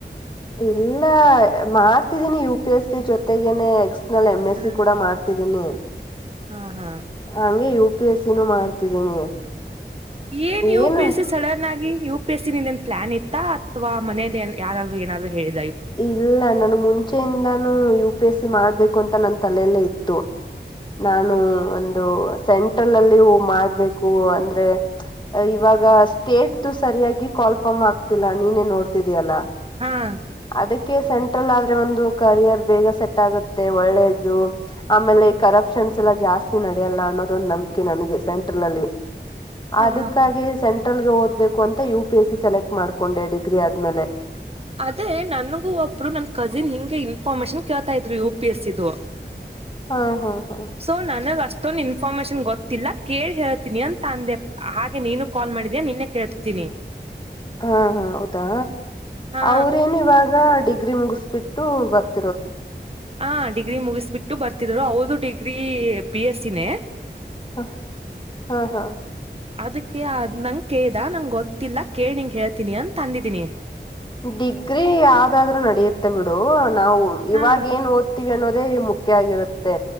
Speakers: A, on the left; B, on the right.
A: ಇಲ್ಲ ಮಾಡ್ತಿದೀನಿ ಯು ಪಿ ಎಸ್ ಸಿ ಜೊತೆಗೇನೆ ಎಕ್ಸ್ ನ ಎಮ ಎಸ್
B: ಹಾ
A: ಸಿ ಕೂಡ ಮಾಡ್ತಿದೀನಿ
B: ಹಾ ಹಾ
A: ಹಾಂಗೆ ಯು ಪಿ ಎಸ ನು ಮಾಡ್ತಿದ್ದೀನಿ
B: ಏನ್ ಯ
A: ಏನು
B: ಪಿ ಎಸ್ ಸಿ ಸಡನ್ ಆಗಿ ಯು ಪಿ ಎಸ್ ಸಿ ನಿಂದ ಏ ಪ್ಲಾನ್ ಇತ್ತ ಅಥವಾ ಮನೇಲಿ ಯಾರಾದ್ರು ಏನಾದರುೂ ಹೇಳಿ
A: ಇಲ್ಲ ನಾನು ಮುಂಚೆಯಿಂದಾನೂ ಯುಪಿಎಸ್ಸಿ ಮಾಡ್ಬೇಕು ಅಂತ ನನ್ ತಲೆಯಲ್ಲೆ ಇತ್ತು ನಾನು ಒಂದು ಸೆಂಟ್ರಲ್ ಅಲ್ಲಿ ವು ಮಾಡ್ಬೇಕು ಅಂದ್ರೆ ಇವಾಗ ಸ್ಟೇಟ್ ಸರಿಯಾಗಿ ಕಾಲ್ಪಮ್ ಆಗ್ತಿಲ್ಲ ನೀನೇನ್ ನೋಡ್ತಿದಯಲ್ಲ
B: ಹಾ
A: ಅದಕ್ಕೆ ಸೆಂಟ್ರಲ್ ಆದ್ರೆ ಒಂದು ಕರಿಯರ್ ಬೇಗ ಸೆಟ್ ಆಗುತ್ತೆ ಒಳ್ಳೇದು ಆಮೇಲೆ ಕರಪ್ಷನ್ಸ್ ಎಲ್ಲ ಜಾಸ್ತಿ ನಡ್ ಅಲ್ಲ ಅನ್ನೋದ ಒಂದು ನಂಬಿಕೆ ನನಗೆ ಸ ಲಾಲ್ಲಿ
B: ಹಾ
A: ಅದಕ್ಕಾಗಿ ಸನ್ ಸೆಂಟ್ರಲ್ ಓದಬೇಕು ಅಂತ ಯು ಪಿ ಎಸ್ಸ ಸೆಲೆಕ್ಟ್ ಮಾಡ್ಕೊಂಡೆ ಡಿಗ್ರಿ ಆದ್ಮೇಲೆ
B: ಅದೇ ನನಗೂ ಒಬ್ರು ನನ್ ಕಜಿನ್ ಹಿಂಗೆ ಇನ್ಫಾರ್ಮೇಶನ್ ಕೇಳ್ತಾ ಇದ್ರು ಯು ಪಿ ಎಸ್ ದು
A: ಹಾ ಹಾ ಹಾ
B: ಸೊ ನನಗ ಅಷ್ಟ ಅಷ್ಟೊಂದು ಇನ್ಫಾರ್ಮೇಶನ್ ಗೊತ್ತಿಲ್ಲ ಕೇಳಿ ಹೇಳ್ತೀನಿ ಅಂತ ಅಂದೆ ಹಾಗೆ ನೀನು ಕಾಲ್ ಮಾಡಿದ್ಯಾಯ ನಿನ್ನೆ ಕೇಳ್ತೀನಿ
A: ಹಾ ಹಾ ಹೌದಾ
B: ಹಾ
A: ಅವರೇನು ಇವಾಗ ಡಿಗ್ರಿ ಮುಗಿಸಿ ಬಿಟ್ಟು ಬರ್ತ
B: ಹಾ ಡಿಗ್ರಿ ಮುಗಿಸ್ಬಿಟ್ಟು ಬರ್ತ. ರು ಅವಳದು ಡಿಗ್ರಿ ಬಿ ಎ ಸ್ಸಿ ನೇ
A: ಹ ಹಾ ಹಾ
B: ಅದಕ್ಕೆ ಅದ ನಂಗ ಕೇಳ್ದ ನಂಗ ಗೊತ್ತಿಲ್ಲ ಕೇಳಿ ನಿಂಗ್ ಹೇಳ್ತೀನಿ ಅಂತ ಅಂದಿದೀನಿ
A: ಡಿಗ್ರಿ ಯಾವ್ದಾದ್ರು ನಡೆಯುತ್ತೆ ಬಿಡು ನಾವು ಇವಾಗ
B: ಹಾ
A: ಏನ್ ಓದ್ತಿವಿ ಅನ್ನೋದ ಅನ್ನೋದೇ ಮುಖ್ಯ ಆಗಿರುತ್ತೆ.